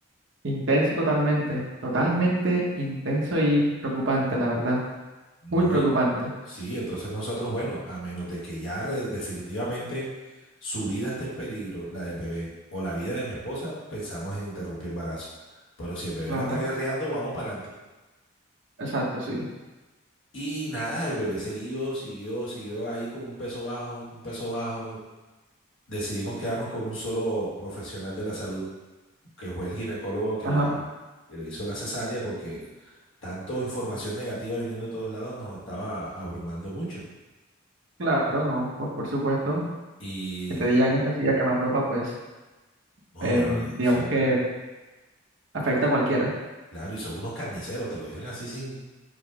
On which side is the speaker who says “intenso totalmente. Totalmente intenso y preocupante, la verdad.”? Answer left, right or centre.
Right